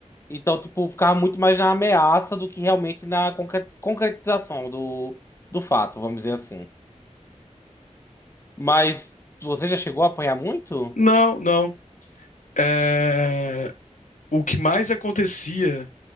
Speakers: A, on the left; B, on the left.
A: Então, tipo, ficava muito mais na ameaça do que realmente na concre- concretização do, do fato, vamos dizer assim. Mas você já chegou a apanhar muito?
B: Não, não. É... O que mais acontecia